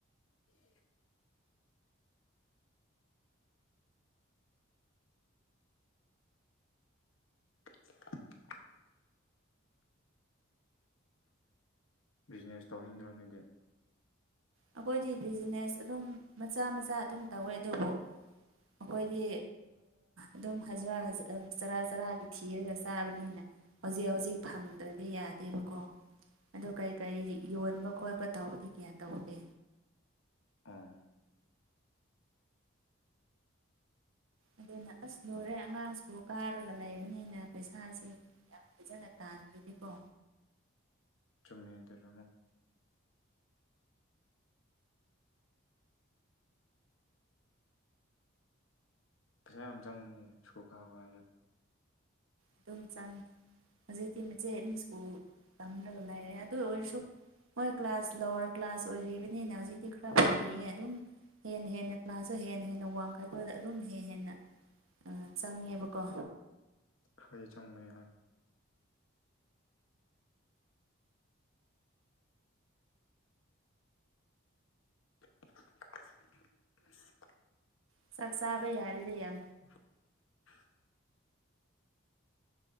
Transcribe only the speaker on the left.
ꯑꯦ <inaudible> ꯕꯤꯖꯤꯅꯦꯁ ꯇꯧꯅꯤꯡꯗ꯭ꯔꯣ ꯅꯣꯏꯗꯤ
ꯑꯣ
ꯆꯨꯝꯃꯦꯗꯨꯔꯃꯨ ꯄꯩꯁꯥ ꯌꯥꯝ ꯆꯪꯉꯨꯉꯅꯤ ꯁ꯭ꯀꯨ ꯀꯥꯕ ꯍꯥꯏ
ꯈꯩ ꯆꯪꯕꯅꯤ ꯍꯥꯏ <inaudible>
<inaudible>